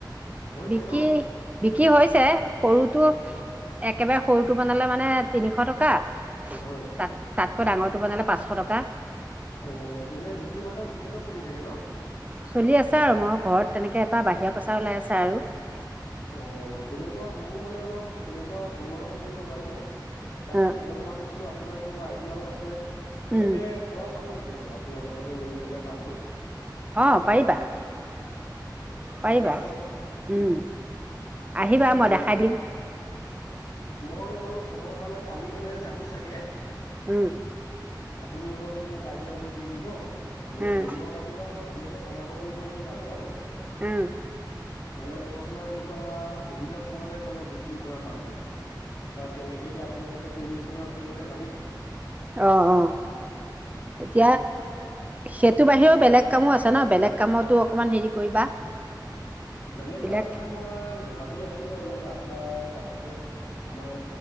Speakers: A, on the left; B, on the right.
A: হৈছে
B: বিকি,
A: ন?
B: বিকি, হৈছে সৰুটো
A: অ অ
B: একেবাৰে সৰুটো বনালে মানে তিনিশ টকা
A: হয়।
B: তাত তাতকৈ ডাঙৰটো বনালে পাঁচশ টকা।
A: অ' এনেই বিক্ৰী বাৰ্টা ধুনীয়াকৈ চলি থাকে ন?
B: চলি আছে আৰু, মই ঘৰত, তেনেকে এটা বাহিৰা পইচা ওলাই আছে আৰু। ‌
A: অ' তেনেকুৱা মোৰ মানে অলপ, এন তেনেকুৱা বনাব কৰিব জানোঁ। তাকে
B: অ
A: মও ভাবিছিলো আপোনাৰটো, আইডিয়াও আছে, তেনেকে
B: উম
A: পৰা যাব নেকি বাৰু? আপোনাৰ লগতে মিলি পেলাই কামবোৰ।
B: অ' পাৰিবা। পাৰিবা,
A: পাৰিম ন?
B: উম! আহিবা
A: তাকেই
B: মই দেখাই দিম।
A: মই বাৰু সময় পালে কালি মানে যাম চাগে।
B: উম!
A: আপুনি অলপ মোক আইডিয়াবোৰ দি দিব। এনেই
B: উম
A: বনোৱা পাতিব মই ধুনীয়াকে বনাব কৰিব এইবোৰ জানো বাৰু
B: উম
A: মানে মোৰ আপোনাৰ এনেকোৱা সুবিধা মানে মানে বিক্ৰী কৰা মানুহ বা কেনেকে এতিয়া আপোনালোকে কৰি আছে ন লোকেল
B: অ অ
A: তাকে
B: এতিয়া সেইটো বাহিৰেও বেলেগ কামো আছে ন বেলেগ কামতো অকমান হেৰি কৰিবা
A: বেলেগ
B: বিলাক
A: কাম মানে মই ভাবি আছো বাৰু ৰাস্তাৰ কাষতে আমাৰ